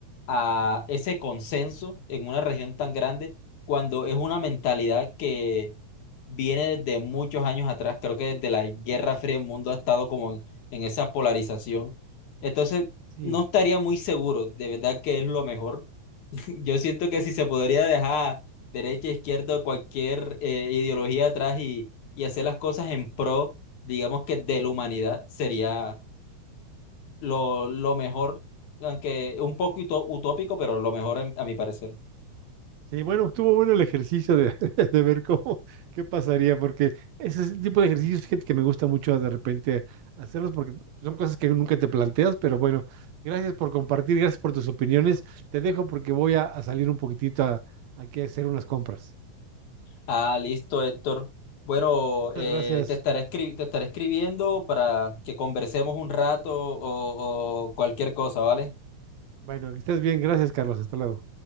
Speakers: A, on the left (about 75°); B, on the right (about 70°).
A: a ese consenso en una región tan grande cuando es una mentalidad que viene desde muchos años atrás. Creo que desde la Guerra Fría el mundo ha estado como en, en esa polarización. Entonces
B: Sí.
A: no estaría muy seguro, de verdad que es lo mejor yo siento que si se podría dejar derecha, e izquierda, cualquier eh, ideología atrás y, y hacer las cosas en pro, digamos que de la humanidad, sería lo, lo mejor, aunque un poco uto- utópico, pero lo mejor en- a mi parecer.
B: Sí, bueno, estuvo bueno el ejercicio de, <laughs> de ver cómo, qué pasaría, porque ese es el tipo de ejercicios, gente, que me gusta mucho de repente hacerlos, porque son cosas que nunca te planteas, pero bueno, gracias por compartir, gracias por tus opiniones. Te dejo porque voy a, a salir un poquitito a, aquí a hacer unas compras.
A: Ah, listo, Héctor. Bueno,
B: Muchas
A: eh,
B: gracias.
A: te estaré escri- te estaré escribiendo para que conversemos un rato o o cualquier cosa, ¿vale?
B: Bueno, que estés bien, gracias, Carlos, hasta luego.